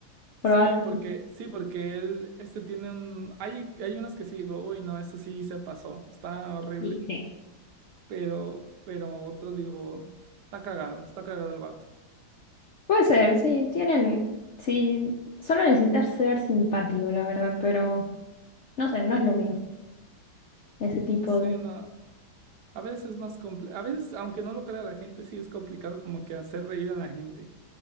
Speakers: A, on the left (about 80°); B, on the right (about 65°).
A: probablemente.
B: Sí, porque, sí, porque él, este tiene un, hay, hay unos que sí digo, uy, no, esto sí se pasó, está horrible.
A: Y sí.
B: pero, pero otros digo, está cagado, está cagado el vato.
A: Puede ser, sí, tienen, sí, solo necesitas ser simpático, la verdad, pero no sé, no es lo mío, ese tipo
B: Sí,
A: de...
B: no, a veces es más complicado, a veces, aunque no lo crea la gente, sí es complicado como que hacer reír a la gente